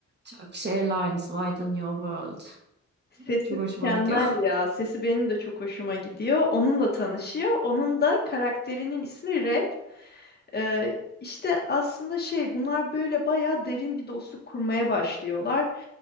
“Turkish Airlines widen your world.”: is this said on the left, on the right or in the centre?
Right